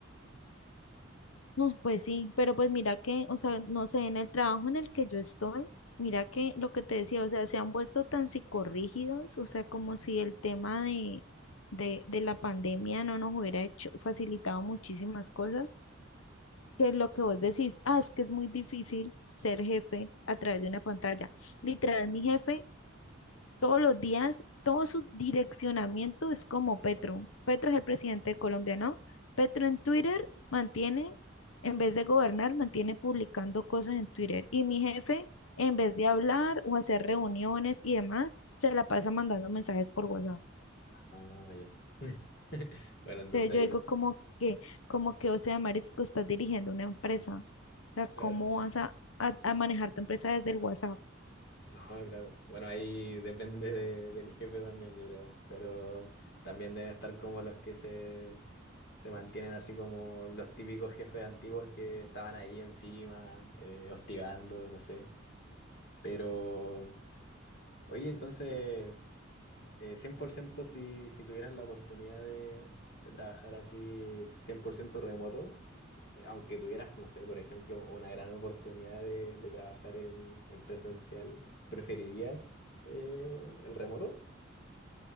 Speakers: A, on the left; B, on the left.
A: Mm, Pues sí, pero pues mira que, o sea, no sé, en el trabajo en el que yo estoy, mira que lo que te decía, o sea, se han vuelto tan psicorrígidos, o sea, como si el tema de, de, de la pandemia no nos hubiera hecho, facilitado muchísimas cosas, que lo que vos decís, ah, es que es muy difícil ser jefe a través de una pantalla. Literal, mi jefe todos los días, todo su direccionamiento es como Petro. Petro es el presidente de Colombia, ¿no? Petro en Twitter mantiene, en vez de gobernar, mantiene publicando cosas en Twitter. Y mi jefe, en vez de hablar o hacer reuniones y demás, se la pasa mandando mensajes por WhatsApp.
B: Ah, ya. <laughs> Bueno, entonces
A: Entonces
B: ahí,
A: yo digo
B: ta-
A: como que, como que, o sea, Marisco, estás dirigiendo una empresa. O sea, ¿cómo
B: claro.
A: vas a, a, a manejar tu empresa desde el WhatsApp?
B: No, claro. Bueno, ahí depende de- del jefe también, yo creo. Pero también deben estar como los que se, se mantienen así como los típicos jefes antiguos que estaban ahí encima, eh, hostigando, no sé. Pero, oye, entonces, eh, 100% si, si tuvieras la oportunidad de, de trabajar así, 100% remoto, aunque tuvieras, no sé, por ejemplo, una gran oportunidad de, de trabajar en, en presencial, ¿preferirías eh, el remoto?